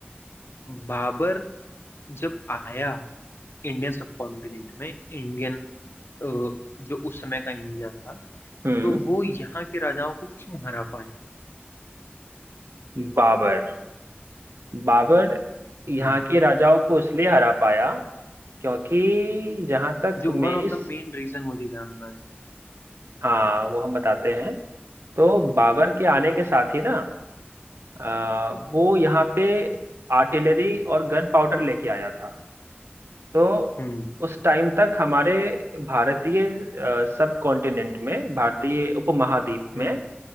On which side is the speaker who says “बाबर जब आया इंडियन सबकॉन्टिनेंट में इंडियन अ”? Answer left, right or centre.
Left